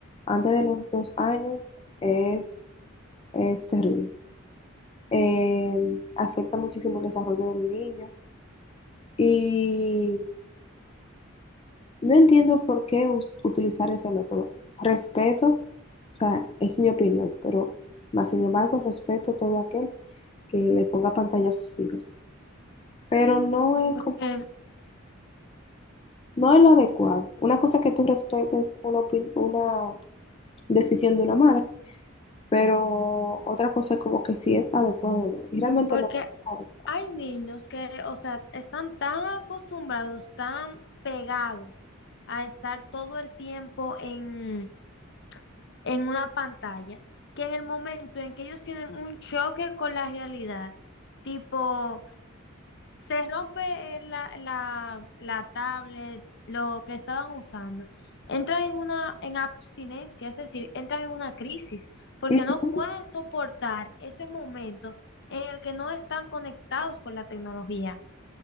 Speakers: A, on the left; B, on the left.
A: antes de los dos años es, es terrible. Eh, afecta muchísimo el desarrollo del niño y No entiendo por qué us- utilizar ese método. Respeto, o sea, es mi opinión, pero más sin embargo respeto todo aquel que le ponga pantalla a sus hijos. Pero no es
B: Porque,
A: como, no es lo adecuado. Una cosa es que tú respetes una, opin- una decisión de una madre, pero otra cosa es como que si es adecuado o no. Y realmente
B: porque
A: no. es adecuado.
B: hay niños que, o sea, están tan acostumbrados, tan pegados a estar todo el tiempo en, en una pantalla, que en el momento en que ellos tienen un choque con la realidad, tipo Se rompe eh, la, la, la tablet, lo que estaban usando. Entran en una en abstinencia, es decir, entran en una crisis porque
A: Ujú.
B: no pueden soportar ese momento en el que no están conectados con la tecnología.